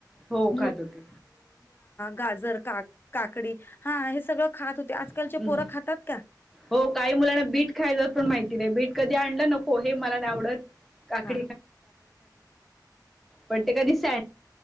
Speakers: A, in the centre; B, on the left (about 30°).
A: हो खात
B: मु
A: होते
B: गार का काकडी हा हे सगळं खात होते आजकालचे
A: हम्
B: पोरं खातात का
A: हो काही मुलांना बीट खायला पण माहिती नाही बीट कधी आणलं नको हे मला का
B: हा
A: ख पण क सर